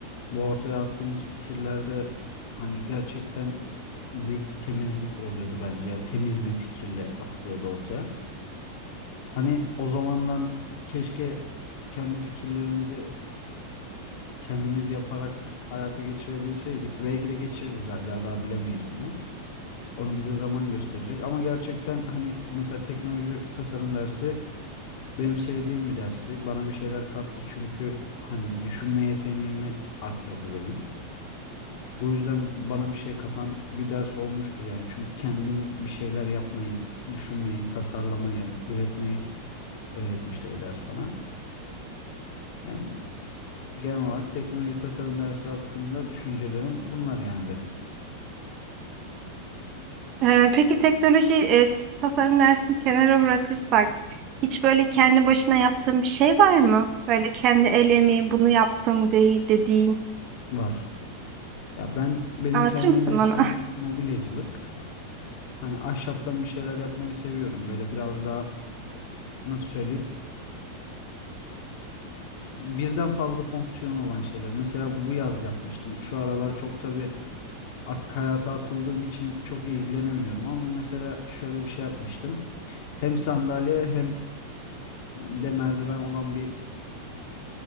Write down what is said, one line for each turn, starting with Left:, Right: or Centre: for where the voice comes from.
Left: Bu ortaya attığımız fikirlerde hani gerçekten büyük bir temizlik oluyordu bence. Ya temiz bir fikirle atılıyordu ortaya. Hani o zamandan keşke kendi fikirlerimizi kendimiz yaparak hayata geçirebilseydik. Belki de geçiririz hala daha bilemeyiz bunu. Onu bize zaman gösterecek. Ama gerçekten hani mesela teknoloji tasarım dersi benim sevdiğim bir dersti. Bana bir şeyler kattı çünkü hani düşünme yeteneğimi arttırdı benim. Bu yüzden bana bir şey katan bir ders olmuştur yani. Çünkü kendim bir şeyler yapmayı, düşünmeyi, tasarlamayı, üretmeyi öğretmişti bu ders bana. Yani genel olarak teknoloji tasarım dersi hakkında düşüncelerim bunlar yani benim
Right: Ee, peki teknoloji e, tasarım dersini kenara bırakırsak hiç böyle kendi başına yaptığın bir şey var mı? Böyle kendi el emeği bunu yaptım de dediğin.
Left: var. Ya ben benim
Right: Anlatır
Left: kendi
Right: mısın
Left: mesleğim
Right: bana?
Left: mobilyacılık. Hani ahşaptan bir şeyler yapmayı seviyorum. Böyle biraz daha nasıl söyleyeyim? Birden fazla fonksiyon olan şeyler. Mesela bu yaz yapmıştım. Şu aralar çok tabii artık hayata atıldığım için çok ilgilenemiyorum. Ama mesela şöyle bir şey yapmıştım. Hem sandalye hem de merdiven olan bir